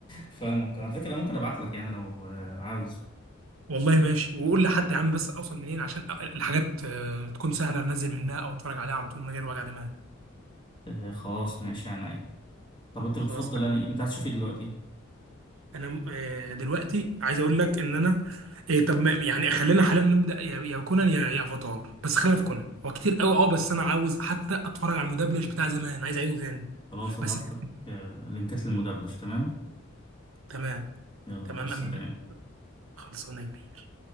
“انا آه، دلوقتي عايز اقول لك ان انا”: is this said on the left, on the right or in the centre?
Right